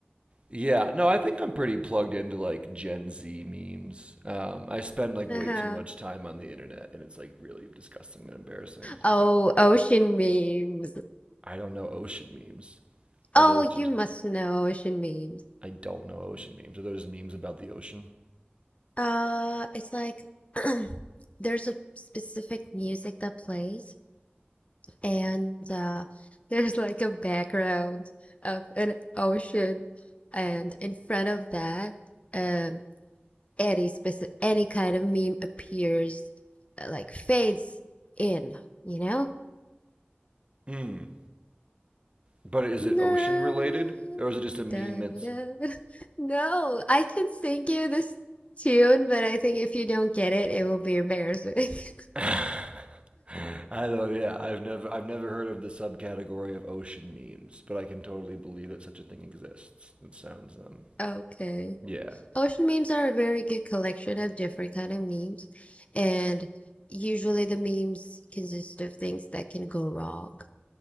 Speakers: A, on the right (about 30°); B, on the left (about 35°).
A: yeah, no, I think I'm pretty plugged into like Gen Z memes. Um, I spend like
B: uh-huh.
A: way too much time on the internet, and it's like really disgusting and embarrassing.
B: Oh,
A: Uh,
B: ocean memes.
A: I don't know ocean memes.
B: Oh,
A: Are those
B: you
A: just?
B: must know ocean memes.
A: I don't know ocean memes. Are those just memes about the ocean?
B: Uh, it's like <clears throat> there's a specific music that plays and uh, there's like a background of an ocean, and in front of that, um, any specific any kind of meme appears, uh, like fades in, you know?
A: Mm. But is
B: No,
A: it ocean related, or is it just a meme
B: da,
A: that's
B: da. <laughs> No, I can sing you this tune, but I think if you don't get it, it will be embarrassing. <laughs>
A: <sighs> I don't. Yeah, I've never, I've never heard of the subcategory of ocean memes, but I can totally believe that such a thing exists. It sounds um,
B: Okay.
A: yeah.
B: Ocean memes are a very good collection of different kind of memes, and usually the memes consist of things that can go wrong,